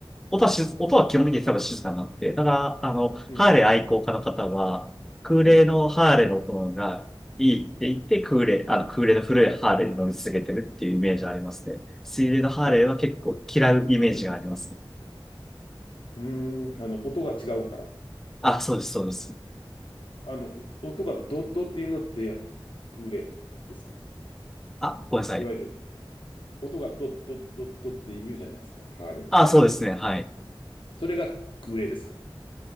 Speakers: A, in the centre; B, on the left.
A: 音は静、音は基本的に多分静かになって、だから、あの、
B: うん、
A: ハーレー愛好家の方は、空冷のハーレーの音がいいって言って、
B: うん。
A: 空冷、あの、空冷の古いハーレーに乗り続けてるっていうイメージありますね。水冷のハーレーは結構嫌うイメージがありますね。
B: あの、うん、うん、うーん、あの、音が違うから。
A: あ、そうです、そうです。
B: あの、音がドッドっていうのって、空冷ですか
A: あ、ごめんなさい。
B: いわゆる、音がドッドッドッドッって言うじゃないですか、ハーレーって。
A: あ、そうですね、はい。
B: それが空冷ですか。